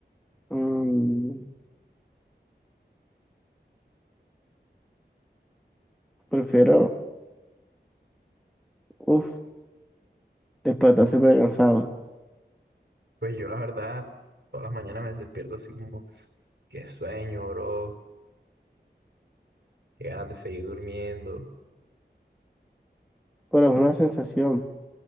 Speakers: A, in the centre; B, on the right (about 70°).
A: Mm, prefiero, uff, despertar siempre cansado.
B: pues yo la verdad, todas las mañanas me despierto así como, qué sueño, bro. Qué ganas de seguir durmiendo.
A: Pero es una sensación.